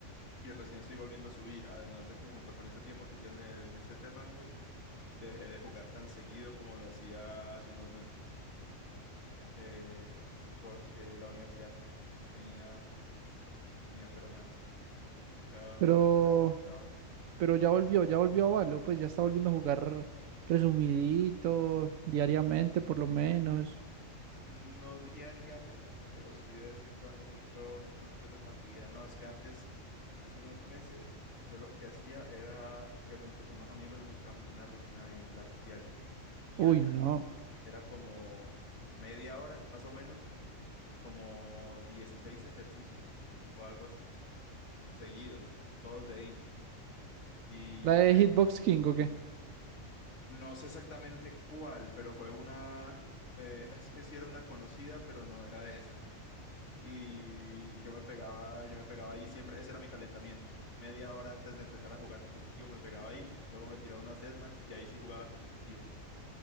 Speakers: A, on the left; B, on the right.
A: y recién estoy volviendo a subir, además de que junto con ese tiempo que hicieron el reset de rangos dejé de jugar tan seguido como lo hacía hace unos meses, eh, porque la universidad me tenía, me tenía pero mal, muchas,
B: Pero,
A: muchas tareas, muchos trabajos.
B: pero ya volvió, ya volvió a Valo, pues ya está volviendo a jugar resumidito, diariamente
A: Sí.
B: por lo menos.
A: No diariamente, pero sí de vez en cuando me echo, me echo una que otra partida. No, es que antes, hace unos meses, yo lo que hacía era que junto con unos amigos nos echábamos una rutina de Imlabs diaria, diaria.
B: Uy, no.
A: Era como media hora, más o menos, como 16 ejercicios o algo así. seguidos, todos de AIM. Y
B: ¿La de
A: eh,
B: Hitbox King o qué?
A: no sé exactamente cuál, pero fue una, eh, es que sí era una conocida, pero no era esa. Y yo me pegaba, yo me pegaba ahí siempre, ese era mi calentamiento. Media hora antes de empezar a jugar competitivo me pegaba ahí, luego me tiraba unas deathmatch y ahí sí jugaba competitivo.